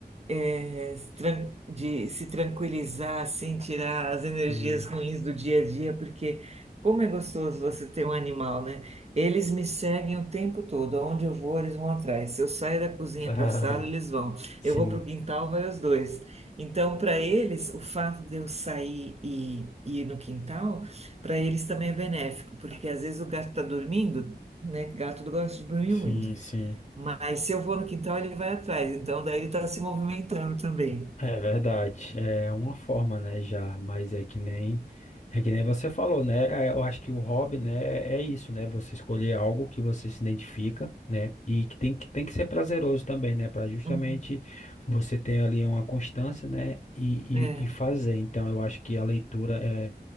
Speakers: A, on the right (about 40°); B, on the left (about 45°).
A: é, se tran- de se tranquilizar, assim, tirar as energias
B: Sim.
A: ruins do dia a dia, porque como é gostoso você ter um animal, né? Eles me seguem o tempo todo, aonde eu vou, eles vão atrás. Se eu saio da cozinha
B: <laughs>
A: para a sala, eles vão.
B: Sim,
A: Eu vou para o quintal, vai os dois. Então, para eles, o fato de eu sair e, e ir no quintal, para eles também é benéfico, porque às vezes o gato está dormindo, né? Gato gosta de dormir
B: sim,
A: muito.
B: sim.
A: Mas se eu vou no quintal, ele vai atrás. Então, daí ele está se movimentando também.
B: É verdade, é uma forma, né, já, mas é que nem é que nem você falou, né? é, Eu acho que o hobby, né, é isso, né? Você escolher algo que você se identifica, né? E que tem que tem que ser prazeroso também, né, Para justamente
A: Uhum.
B: você ter ali uma constância, né, e,
A: É.
B: e, e fazer. Então, eu acho que a leitura é